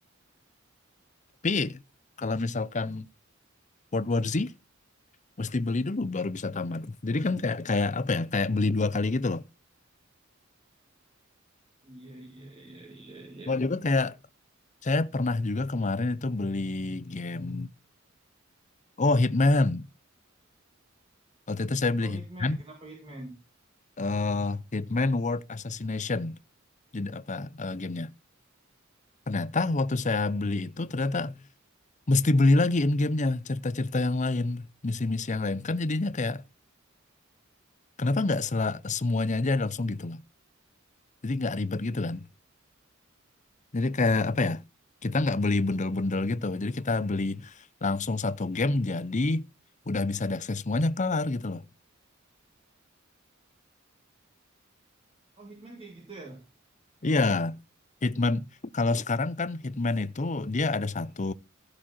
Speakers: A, on the left; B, on the right.
A: Tapi kalau misalkan World War Z mesti beli dulu baru bisa tamat. Jadi kan kayak kayak apa ya? Kayak beli dua kali gitu loh.
B: Iya iya iya iya iya.
A: Mau juga kayak saya pernah juga kemarin itu beli game oh Hitman. Waktu itu saya beli
B: Oh
A: Hitman,
B: Hitman, kenapa Hitman?
A: eh, Hitman World Assassination. Jadi apa eh, gamenya? Ternyata waktu saya beli itu ternyata mesti beli lagi in gamenya cerita-cerita yang lain, misi-misi yang lain. Kan jadinya kayak kenapa nggak sela- semuanya aja langsung gitu loh? Jadi nggak ribet gitu kan. Jadi kayak apa ya? Kita nggak beli bundel-bundel gitu. Jadi kita beli langsung satu game jadi udah bisa diakses semuanya kelar gitu loh.
B: Oh Hitman kayak gitu ya?
A: Iya. Hitman kalau sekarang kan Hitman itu dia ada satu